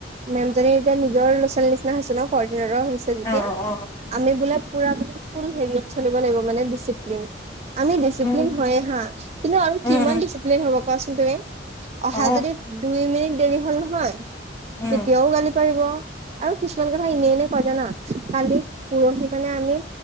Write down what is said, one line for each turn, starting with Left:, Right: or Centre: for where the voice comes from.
Right: মেম জী এতিয়া নিজৰ ল'ৰা ছোৱালী নিচিনা হৈছে ন ঘ ৰ হৈছে যেতিয়া
Left: অ অ
Right: আমি বোলে পুৰা মানে ফুল হেৰিয়াত চলিব লাগিব মানে ডিচিপ্লিন আমি ডিচিপ্লিন
Left: উম
Right: হয় হা কিন্তু আৰু
Left: উম
Right: কিমান ডিচিপ্লিন হব কোৱাচোন তুমি অহা
Left: অ
Right: যদি দুই মিনিট দেৰি হ'ল নহয়
Left: উম
Right: তেতিয়াও গালি। কি কৰিব আৰু কিছুমান কথা এনেই এনেই কয় জানা কালি পৰহি মানে আমি